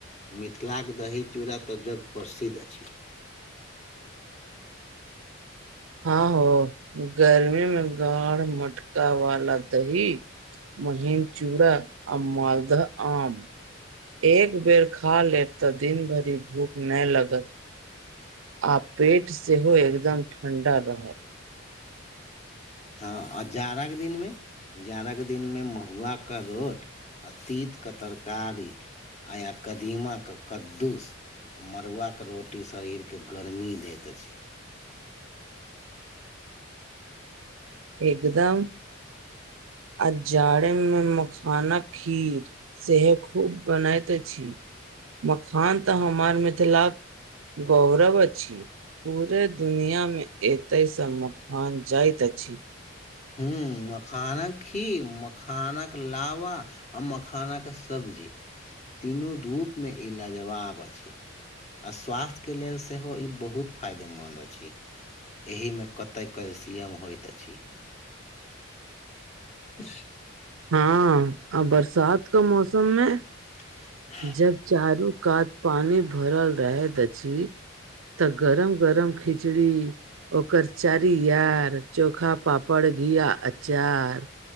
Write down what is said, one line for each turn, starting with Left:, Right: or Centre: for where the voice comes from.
Left: मिथिलाक दही चूड़ा तऽ जग प्रसिद्ध अछि।
Right: हँ हो गर्मी में गाढ़ मटका वाला दही महीन चूड़ा आ मालदह आम। एक बेर खा लेब तऽ दिन भरी भूख नै लगत। आ पेट सेहो एकदम ठंडा रहत।
Left: हँ आ जाड़ा क दिनमे जाड़ाक दिनमे महुआके रोट आ तीतक तरकारी आ या कदीमा क कद्दूस मड़ुआके रोटी शरीरके गरमी दैत अछि।
Right: एकदम आ जाड़े में मखाना खीर। सेहे खूब बनैत अछि मखान तऽ हमर मिथिलाक गौरव अछि। पूरे दुनियामे एतय स मखान जाइत अछि।
Left: हू मखानक खीर मखानक लावा आ मखानाक सब्जी तीनू रूप मे ई लाजवाब अछि। आ स्वास्थ्यके लेल सेहो ई बहुत फायदेमन्द अछि। एहिमे कतय कैल्सियम होइत अछि। ब <inaudible>
Right: हँ आ बरसात क मौसम मे
Left: <inaudible>
Right: जब चारू कात पानी भरल रहैत अछि तऽ गरम गरम खिचड़ी ओकर चारि यार चोखा पापड़ घी आ अचार